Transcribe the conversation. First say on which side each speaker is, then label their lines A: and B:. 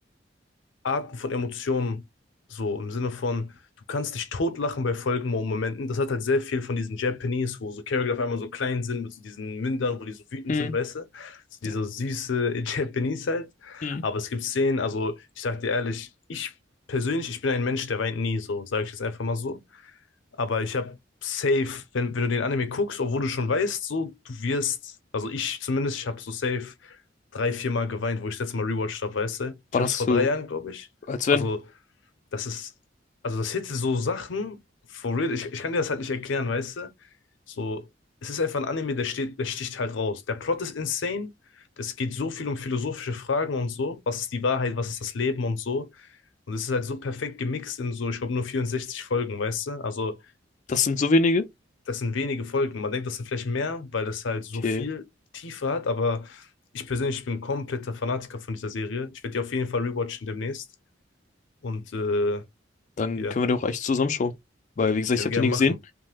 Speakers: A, on the left; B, on the left.
A: Arten von Emotionen, so im Sinne von, du kannst dich totlachen bei folgenden Momenten. Das hat halt sehr viel von diesen Japanese, wo so Charakter auf einmal so klein sind, mit so diesen Mündern, wo die so wütend
B: Mhm.
A: sind, weißt du? So dieser
B: Ja.
A: süße <laughs> Japanese halt.
B: Mhm.
A: Aber es gibt Szenen, also ich sag dir ehrlich, ich persönlich, ich bin ein Mensch, der weint nie, so sage ich jetzt einfach mal so. Aber ich habe safe, wenn, wenn du den Anime guckst, obwohl du schon weißt, so, du wirst, also ich zumindest, ich habe so safe drei, vier Mal geweint, wo ich das letzte Mal rewatcht habe, weißt du? Ich
B: War
A: habe
B: das
A: es vor
B: so,
A: drei Jahren, glaube ich.
B: als wenn?
A: Also, das ist, also das hätte so Sachen, for real, ich, ich kann dir das halt nicht erklären, weißt du? So, es ist einfach ein Anime, der steht, der sticht halt raus. Der Plot ist insane. Es geht so viel um philosophische Fragen und so. Was ist die Wahrheit? Was ist das Leben und so? Und es ist halt so perfekt gemixt in so, ich glaube, nur 64 Folgen, weißt du? Also,
B: Das sind so wenige?
A: das sind wenige Folgen. Man denkt, das sind vielleicht mehr, weil das halt so
B: Okay,
A: viel Tiefe hat, aber ich persönlich bin kompletter Fanatiker von dieser Serie. Ich werde die auf jeden Fall rewatchen demnächst und äh,
B: dann
A: ja,
B: können wir doch echt zusammenschauen. Weil, wie gesagt,
A: können
B: ich habe
A: wir
B: den nie
A: gerne machen.
B: gesehen.